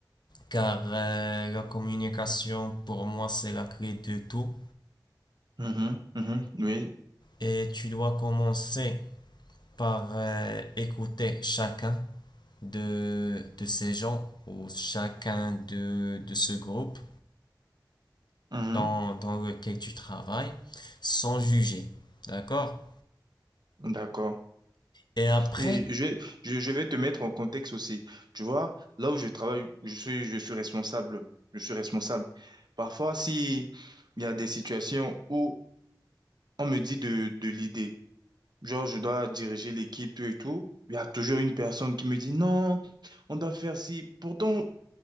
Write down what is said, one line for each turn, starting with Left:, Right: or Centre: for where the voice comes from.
Left: car euh, la communication pour moi c'est la clé de tout
Right: Mhm, mhm, oui,
Left: et tu dois commencer par euh, écouter chacun de, de ces gens ou chacun de, de ce groupe
Right: mhm,
Left: dans, dans lequel tu travailles sans juger, d'accord?
Right: d'accord.
Left: Et après,
Right: Et je, je, je vais te mettre en contexte aussi. Tu vois, là où je travaille, je suis, je suis responsable. Je suis responsable. Parfois, si il y a des situations où on me dit de, de l'idée, genre je dois diriger l'équipe, tout et tout, il y a toujours une personne qui me dit non on doit faire ci. Pourtant,